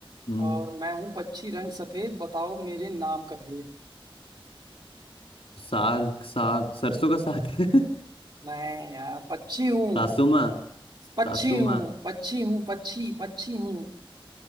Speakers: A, on the left; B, on the right.
A: हम्म,
B: और मैं हूँ पक्षी रंग सफेद बताओ मेरे नाम का भेद
A: साग साग सरसों का साग <laughs>
B: मैं यार पक्षी हूँ
A: सासुमा
B: पक्षी
A: सासुमा
B: हूँ पक्षी हूँ पक्षी पक्षी हूँ